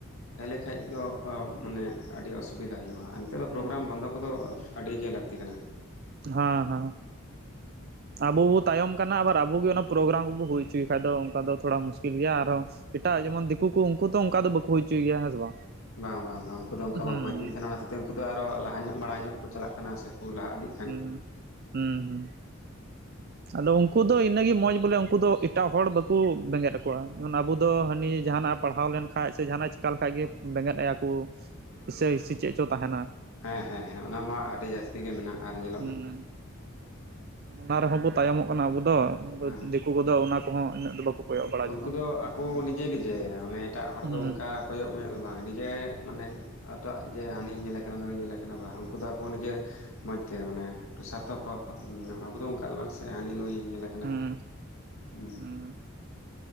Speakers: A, on the left; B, on the right.
A: ᱛᱟᱦᱚᱞᱮ ᱠᱷᱟᱡ ᱫᱚ ᱢᱟᱱᱮ ᱟᱹᱰᱤ ᱚᱥᱵᱤᱫ ᱥᱩᱵᱤᱫᱟ ᱦᱩᱭᱩᱜᱼᱟ, ᱱᱤᱛᱟᱨ
B: ᱦᱩᱸ
A: ᱫᱚ ᱯᱨᱳᱜᱨᱟᱢ ᱵᱚᱱᱫᱚ ᱠᱚᱫᱚ ᱟᱹᱰᱤ ᱜᱮ ᱞᱟᱹᱠᱛᱤ ᱠᱟᱱᱟ ᱾
B: ᱦᱟ ᱦᱟ ᱟᱵᱚ ᱵᱚ ᱛᱟᱭᱚᱢ ᱠᱟᱱᱟ ᱟᱵᱟᱨ ᱟᱵᱚᱜ ᱜᱮ ᱚᱱᱟ ᱯᱨᱳᱜᱨᱟᱢ ᱠᱚᱵᱚ ᱦᱩᱭ ᱦᱚᱪᱚᱭᱮ ᱠᱷᱟᱡ ᱫᱚ ᱚᱱᱠᱟ ᱫᱚ ᱛᱷᱚᱲᱟ ᱢᱩᱥᱠᱤᱞ ᱜᱮᱭᱟ ᱟᱨᱦᱚᱸ ᱮᱴᱟᱜ ᱡᱮᱢᱚᱱ ᱫᱤᱠᱩ ᱠᱚ ᱩᱱᱠᱩ ᱛ ᱚᱱᱠᱟ ᱫᱚ ᱵᱟᱠᱚ ᱦᱩᱭ ᱦᱚᱪᱚᱭ ᱜᱮᱭᱟ ᱦᱮᱸ ᱥᱮ ᱵᱟᱝ?
A: ᱵᱟᱝ ᱵᱟᱝ ᱵᱟᱝ, ᱩᱱᱠᱩ ᱫᱚ ᱚᱱᱠᱟ
B: ᱦᱩᱸ
A: ᱵᱟᱝᱠᱚ ᱦᱤᱡᱩᱭᱮᱫ ᱛᱟᱦᱮᱱᱟ ᱚᱱᱟ ᱛᱮᱫ ᱛᱮ ᱩᱱᱠᱩ ᱫᱚ ᱟᱨᱦᱚ ᱞᱟᱦᱟ ᱧᱚᱜ ᱢᱟᱲᱟᱝ ᱧᱚᱜ ᱠᱚ ᱪᱟᱞᱟᱜ ᱠᱟᱱᱟ ᱥᱮᱠᱚ ᱞᱟᱦᱟ ᱤᱫᱤᱜ ᱠᱟᱱᱟ ᱾
B: ᱦᱩᱸ ᱦᱩᱸ ᱦᱩᱸ ᱟᱫᱚ ᱩᱱᱠᱩ ᱫᱚ ᱤᱱᱟᱹᱜ ᱜᱮ ᱢᱚᱡᱽ ᱵᱚᱞᱮ ᱩᱱᱠᱩ ᱫᱚ ᱮᱴᱟᱜ ᱦᱚᱲ ᱵᱟᱠᱚ ᱵᱮᱸᱜᱮᱫ ᱟᱠᱚᱣᱟ, ᱡᱮᱢᱚᱱ ᱟᱵᱚ ᱫᱚ ᱦᱟᱹᱱᱤ ᱡᱟᱦᱟᱱᱟᱜ ᱯᱟᱲᱦᱟᱣ ᱞᱮᱱᱠᱷᱟᱡ ᱥᱮ ᱡᱟᱦᱟᱱᱟᱜ ᱮ ᱪᱮᱠᱟ ᱞᱮᱠᱟᱱᱡ ᱜᱮ ᱵᱮᱸᱜᱮᱫ ᱮᱭᱟ ᱠᱚ ᱦᱤᱥᱟᱹ ᱦᱤᱥᱤ ᱪᱮᱫ ᱪᱚ ᱛᱟᱦᱮᱱᱟ ᱾
A: ᱦᱮᱸ ᱦᱮᱸ ᱦᱮᱸ ᱚᱱᱟ ᱢᱟ ᱟᱹᱰᱤ ᱡᱟᱹᱥᱛᱤ ᱜᱮ ᱢᱮᱱᱟᱜᱼᱟ ᱟᱨ ᱧᱮᱞ
B: ᱦᱮᱸ ᱚᱱᱟ ᱨᱮᱦᱚᱸ ᱵᱚ ᱛᱟᱭᱚᱢᱚᱜ ᱠᱟᱱᱟ ᱟᱵᱚ ᱫᱚ
A: ᱦᱮᱸ
B: ᱩᱱᱠᱩ ᱠᱚᱫᱚ ᱚᱱᱟ ᱠᱚᱦᱚᱸ ᱤᱱᱟᱹᱜ ᱫᱚ ᱵᱟᱠᱚ ᱠᱚᱭᱚᱜ ᱵᱟᱲᱟ
A: ᱩᱱᱠᱩ
B: ᱡᱚᱱᱟ
A: ᱫᱚ ᱟᱠᱚ ᱱᱤᱡᱮ ᱱᱤᱡᱮ ᱢᱟᱱᱮ ᱮᱴᱟᱜ ᱦᱚᱲ
B: ᱦᱩᱸ
A: ᱫᱚ ᱚᱱᱠᱟ ᱠᱚᱭᱚᱜ ᱢᱮ ᱵᱟᱝ ᱱᱤᱡᱮ ᱢᱟᱱᱮ ᱟᱛᱚᱣᱟᱜ ᱡᱮ ᱦᱟᱹᱱᱤ ᱧᱮᱞᱮ ᱠᱟᱱᱟ ᱱᱩᱭ ᱧᱮᱞᱮ ᱠᱟᱱᱟ ᱵᱟᱝ ᱩᱱᱠᱩ ᱫᱚ ᱟᱠᱚ ᱱᱤᱡᱮ ᱢᱚᱡᱽ ᱛᱮ ᱢᱟᱱᱮ ᱥᱟᱨᱛᱷᱯᱚᱨ ᱟᱵᱚ ᱫᱚ ᱚᱱᱠᱟ ᱫᱚ ᱵᱟᱝᱥᱮ ᱦᱟᱹᱱᱤ ᱱᱩᱭ ᱧᱮᱞ
B: ᱦᱩᱸ
A: <unintelligible>
B: ᱦᱩᱸ